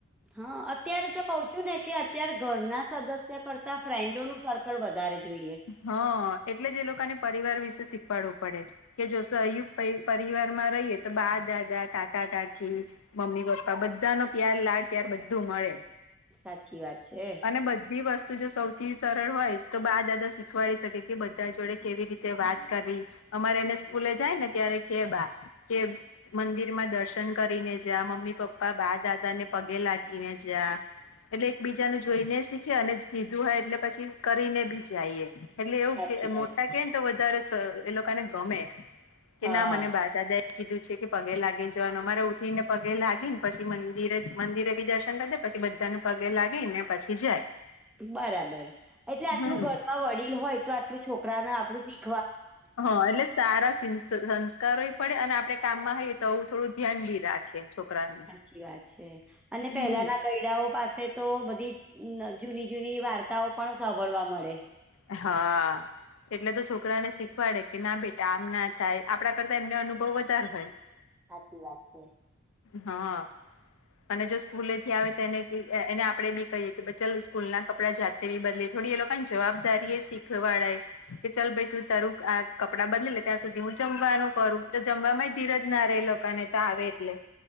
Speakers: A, in the centre; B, on the left.
A: હ અત્યારે તો કઉ છું ને કે અત્યારે ઘરના સદસ્ય કરતા ફ્રેન્ડોનું સર્કલ વધારે જોઈએ
B: હ એટલે જ એ લોકોને પરિવાર વિશે શીખવાડવું પડે કે જો સયુક્ત પય પરિવારમાં રહીએ તો બા દાદા કાકા કાકી મમ્મી પપ્પા બધાનો લાડ પ્યાર બધું મળે
A: સાચી વાત છે.
B: અને બધી વસ્તુ જો સૌથી સરળ હોય તો બા દાદા શીખવાડી શકે કે બધા જોડે કેવી રીતે વાત કર, અમારે એને સ્કૂલે જાય ને ત્યારે કે બા કે મંદિરમાં દર્શન કરીને જ મમ્મી પપ્પા બા દાદા ને પગે લાગીને જ. એટલે એકબીજા ને જોઈને શીખેએ અને કીધું હોય એટલે પછી કરીને બી જઈએ. એટલે એવું
A: સાચી વાત
B: મોટા
A: છે.
B: કે ને તો વધારે એ લોકોને ગમે, કે
A: હા
B: ના મને બા દાદા કીધું છે કે પગે લાગી ને જવાને અમારે ઉઠી ને પગે લાગી ને પછી મંદિરે મંદિરે ભી દર્શન કરી દે. પછી બધાને પગે લાગી ને પછી જાય.
A: બરાબર, એટલે આટલું
B: હમ
A: ઘરમાં વડીલ હોય તો આટલું છોકરાને આપણું શીખ
B: હા એટલે સારા સંસ્કારો પડે અને આપડે કામ હાઈએ તો આવું થોડું ધ્યાન બી રાખે. છોકરાને
A: સાચી વાત છે, અને પેલાના
B: હમ
A: ગયડાઓ પાસે તો બધી જૂની જૂની વાર્તાઓ પણ સાંભળવા મળે.
B: હા. એટલે તો છોકરાને શીખવાડે કે ના બેટા આમ ના થાય આપડા કરતા એમને અનુભવ વધારે હોય. <inaudible>
A: હાચી વાત છે.
B: હા. અને જો સ્કૂલે થી આવે તો એને એને આપડે બી કહીએ કે ચાલ સ્કૂલ ના કપડા જાત તેવી બદલે થોડી એ લોકોને જવાબદારી એ શીખવાડાય એ. કે ચાલ ભાઈ તું તારું આ કપડાં બદલે લે ત્યાં સુધી જમવાનું કરું તો જમવા ધીરજ ના રહે લો કાને તો આવે એટલે,